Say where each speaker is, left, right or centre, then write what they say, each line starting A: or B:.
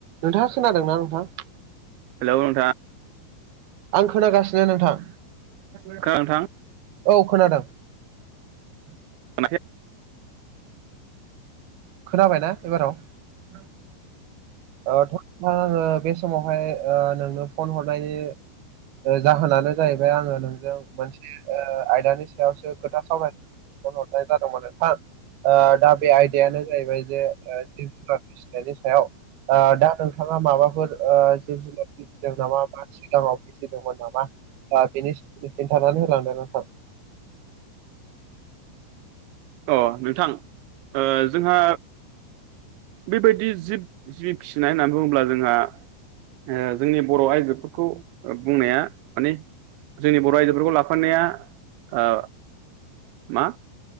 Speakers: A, on the right; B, on the right.
A: नोंथाङा खोनादोंना नोंथां
B: हेल' नोंथां
A: आं खोनागासिनो नोंथां
B: नोंथां
A: औ खोनादों
B: <inaudible>
A: खोनाबायना एबाराव
B: <inaudible>
A: थां आङो बे समावहाय नोंनो फन हरनायनि जाहोनानो जाहैबाय आङो नोंजों मोनसे आयदानि सायावसो खोथा सावराय न हरनाय जादोंमोन नोंथां दा बे आयदायानो जाहैबाय जे जि जुन नि सायाव दा नोंथाङा माबाफोर जिब जुनारनि सायाव <unintelligible> <unintelligible> नामा दा बेनि सोमोन्दै खिन्थानानै होलांदों नोंथां
B: <inaudible> अ नोंथां जोंहा बेबायदि जिब जि फिनाय होननानै बुङोब्ला जोंहा ओ जोंनि बर' आइजोफोरखौ बुंनाया माने जोंनि बर' आइजोफोरखौ लाफानाया ओ मा